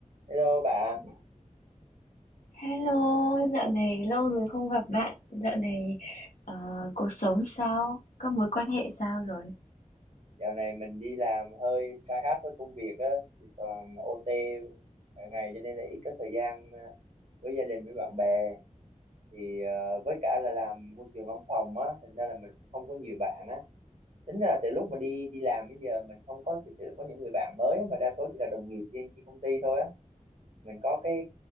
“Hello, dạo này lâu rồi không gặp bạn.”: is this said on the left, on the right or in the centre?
Left